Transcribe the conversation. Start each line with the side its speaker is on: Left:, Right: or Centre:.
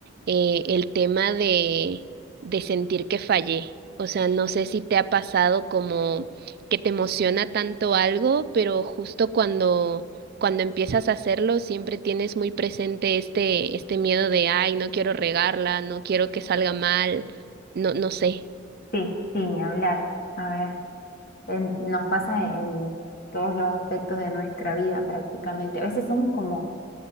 Right: eh, el tema de, de sentir que fallé. O sea, no sé si te ha pasado como que te emociona tanto algo, pero justo cuando, cuando empiezas a hacerlo, siempre tienes muy presente este, este miedo de, ay, no quiero regarla, no quiero que salga mal, no, no sé.
Left: Sí, sí, ni hablar. A ver, en- nos pasa en todos los aspectos de nuestra vida prácticamente. A veces somos como